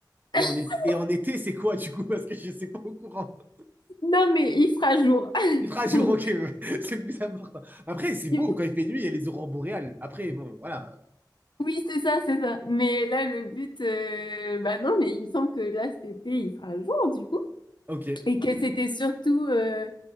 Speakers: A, on the left (about 80°); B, on the right (about 25°).
A: <laughs>
B: Et en, été- et en été, c'est quoi, du coup? Parce que je ne sais pas au courant. <laughs>
A: Non, mais il fera jour.
B: Il fera jour,
A: <laughs>
B: ok, <laughs> c'est le plus important. Après, c'est
A: Oui,
B: beau, quand il fait nuit, il y a les aurores boréales. Après, bon, voilà.
A: Oui, c'est ça, c'est ça. Mais là, le but, euh, bah non, mais il me semble que là, cet été, il fera jour, du coup.
B: Ok,
A: Et que c'était surtout euh,